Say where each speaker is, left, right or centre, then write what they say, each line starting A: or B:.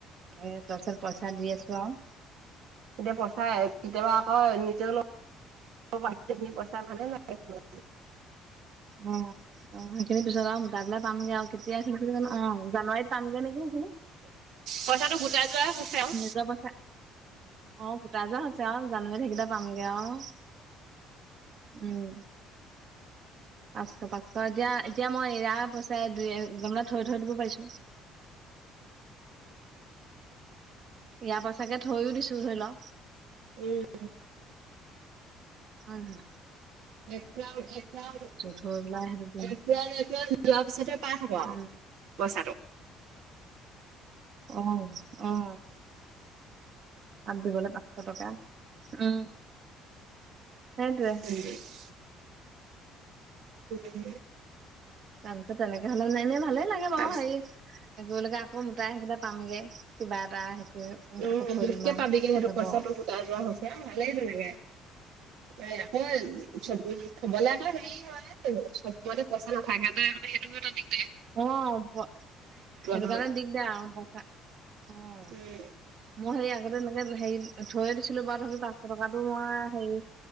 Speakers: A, on the right; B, on the right.
A: এ, তাৰপিছত পইচা দি আছোঁ আৰু।
B: এতিয়া পইচা কেতিয়াবা আকৌ নিজৰ পইচা ভালে লাগে।
A: উম, উম, সেইখিনি পিছত আৰু তাবলা পামগে আৰু কেতিয়া অ' জানুৱাৰীত পামগে আৰু নেকি এইখিনি।
B: পইচাটো গোটাই যোৱা হৈছে আৰু।
A: যোৱা পইচা, অ' গুটাই যোৱা হৈছে আৰু জানুৱাৰী সেইকেইটা পামগে আৰু। উম। পাঁচশ পাঁচশ, এতিয়া
B: উম,
A: এতিয়া মই এয়া পইচা দুই এ, মানে থৈ থৈ দিব পাৰিছোঁ। ইয়াৰ পাইছাকে থৈও দিছোঁ ধৰি ল।
B: উম।
A: হয় হয়।
B: এক ৰাউণ্ড এক ৰাউণ্ড
A: থৈ পেলাই সেইটো দিম
B: একপ্ৰ এপ্ৰ যোৱা পিছতে পাই থাকোঁ আৰু।
A: উম
B: পইছাটো।
A: অ', অ' তাত দিবলে পা পাচশ টকা, উম, সেইটোয়ে।
B: <unintelligible> উম।
A: তাৰপিছত তেনেকে হ'লে মানে এনেই ভালেই লাগে বাৰু
B: তাৰপিছত
A: হেৰি গৈলেকে আকৌ মোটাই সেইকেইটা পামগে, কিবা এটা হেৰি কৰি।
B: অ'
A: আকৌ থৈ
B: মোতকে
A: দিম আৰু
B: পাবি কে সেইটো
A: যাব
B: পইচাটো গোটাই যোৱা হৈছে, ভালেই তেনেকে। এয়া আকৌ এ, চববোৰ হ'বলে আকৌ হেৰি হয় চব সময়তে পইচা নথাকে যে সেইটো এটা দিগ
A: অ' সেইটো
B: সময়ত।
A: কাৰণে দিগদাৰ অ' পইচা অ'।
B: উম,
A: মই হেৰি আগতে এনেকে হেৰি থৈয়ে দিছিলোঁ বাৰ তথাবি তাত টকাটো মই হেৰি